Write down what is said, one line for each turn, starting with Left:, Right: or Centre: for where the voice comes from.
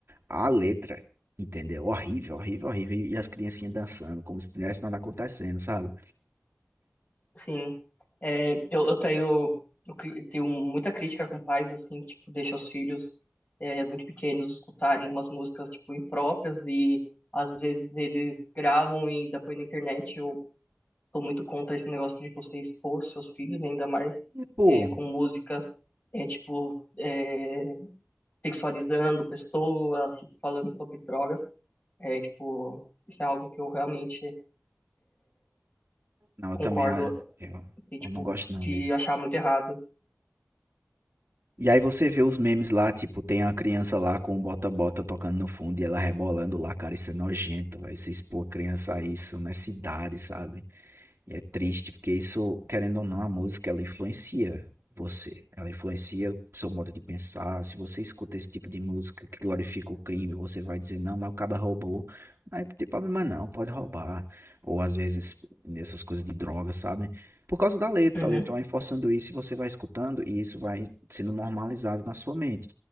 Right: a letra, entendeu? Horrível, horrível, horrível. E as criancinhas dançando, como se tivesse nada acontecendo, sabe?
Left: Sim, É, eu, eu tenho, eu cri- tenho muita crítica com pais, assim, que, tipo, deixam os filhos é, muito pequenos escutarem umas músicas, tipo, impróprias e, às vezes, eles gravam e ainda põem na internet. Eu sou muito contra esse negócio de você expor seus filhos, ainda mais
Right: E, pô.
Left: é, com músicas, é, tipo, é, sexualizando pessoas, tipo, falando sobre drogas. É, tipo, isso é algo que eu realmente
Right: Não, eu
Left: concordo,
Right: também, ah, eu,
Left: assim, tipo,
Right: eu não gosto não
Left: de
Right: disso.
Left: achar muito errado.
Right: E aí você vê os memes lá, tipo, tem a criança lá com o bota-bota tocando no fundo e ela rebolando lá, cara, isso é nojento, vai se expor a criança a isso nessa idade, sabe? E é triste, porque isso, querendo ou não, a música ela influencia você. Ela influencia o seu modo de pensar. Se você escuta esse tipo de música que glorifica o crime, você vai dizer, não, mas o cara roubou. Mas não tem problema não, pode roubar. Ou às vezes nessas coisas de droga, sabe? Por causa da letra,
Left: Uhum.
Right: a letra vai forçando isso e você vai escutando e isso vai sendo normalizado na sua mente.